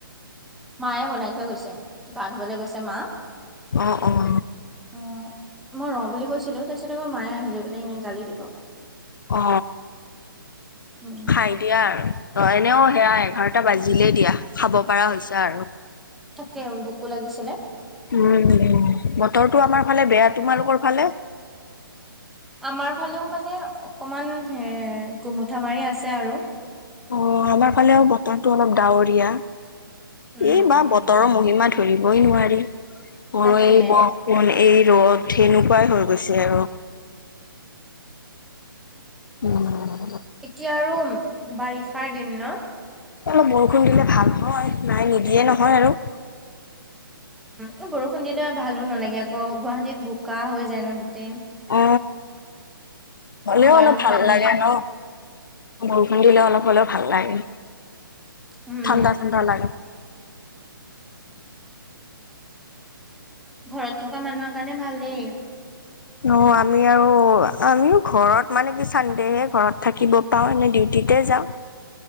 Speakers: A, in the centre; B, on the left.
A: মায়ে বনাই থৈ গৈছে। গা ধুবলৈ গৈছে মা।
B: অ অ অ।
A: অ মই ৰ বুলি কৈছিলো, তাৰপিছত আকৌ মায়ে আহিলৈ পেলাই এনে গালি দিব।
B: অ
A: উম
B: খাই দিয়া আৰু অ এনেও সেয়া এঘাৰটা বাজিলেই দিয়া খাব পৰা হৈছা আৰু
A: তাকে ভোকো লাগিছিলে।
B: উম বতৰটো আমাৰ ফালে বেয়া তোমালোকৰ ফালে?
A: আমাৰ ফালেও মানে অকমান গুমুঠা মাৰি আছে আৰু
B: অ আমাৰ ফালেও বতৰটো অলপ ডাৱৰীয়া
A: উম
B: এই বা
A: উম
B: বৰ্তৰ মহিমা ধ ধৰিবই নোৱাৰি <unintelligible> এই
A: তাকে
B: ব এই বৰষুণ এই ৰ'দ সেনেকুৱাই হৈ গৈছে আৰু উম
A: এতিয়া আৰু বাৰিষাৰ দিন ন
B: অলপ বৰষুণ দিলে ভাল হয় নাই নিদিয়ে নহয় আৰু
A: উম বৰষুণ দিলে ভালো নালাগে আকৌ গুৱাহাটীত বোকা হৈ যায় ন গোটেই
B: অ হ'লেও
A: বানপানী
B: অলপ ভাল লাগে ন বৰষুণ দিলে অলপ হ'লেও ভাল লাগে।
A: উম
B: ঠাণ্ডা ঠাণ্ডা লাগে।
A: ঘৰত থকা মানুহৰ কাৰণে ভালেই
B: অ আমি আৰু আমিও ঘৰত মানে কি চানদেহে ঘৰত থাকিব পাও এনে ডিউটিতে যাওঁ